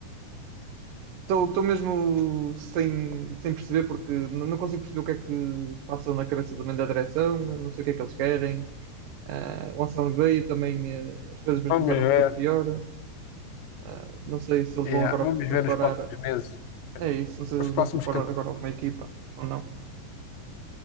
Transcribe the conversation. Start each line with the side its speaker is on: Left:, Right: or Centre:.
Right: Estou mesmo sem, sem perceber porque n- não consigo perceber o que é que passa na cabeça também da direção, não sei o que é que eles querem. Ah, o Anselmo veio também, ah, as coisas depois
Left: Vamos
Right: começaram
Left: ver.
Right: a correr pior. Ah, não sei se eles
Left: Yeah,
Right: vão agora
Left: vamos
Right: preparar,
Left: ver nos próximos meses,
Right: é isso, não sei
Left: nos
Right: se eles
Left: próximos
Right: vão preparar
Left: capítulos.
Right: agora alguma equipa ou não.